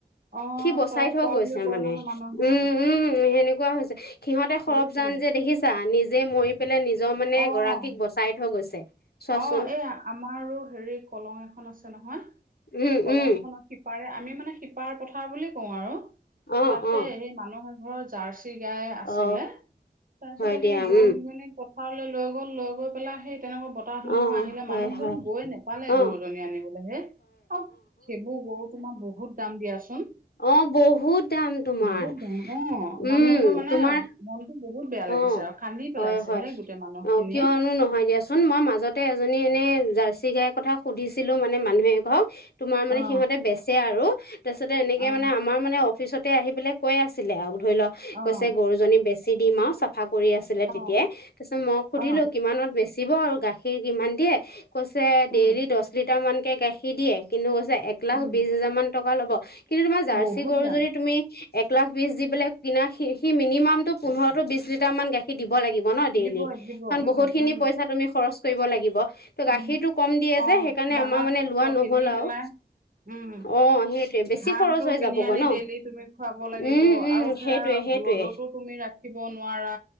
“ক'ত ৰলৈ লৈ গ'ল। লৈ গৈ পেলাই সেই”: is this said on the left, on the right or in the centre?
Right